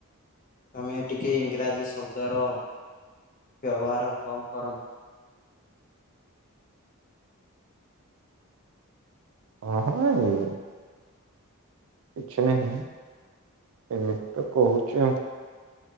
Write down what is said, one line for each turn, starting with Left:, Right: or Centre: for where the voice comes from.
Left: ତମେ ଟିକେ ଇଂରାଜୀ ଶବ୍ଦର ବ୍ୟବହାର କମ୍ କରନ୍ତୁ।
Right: ଓହୋ କିଛି ନାହିଁ <inaudible> ଏମିତି ତ କହୁଛି ଆ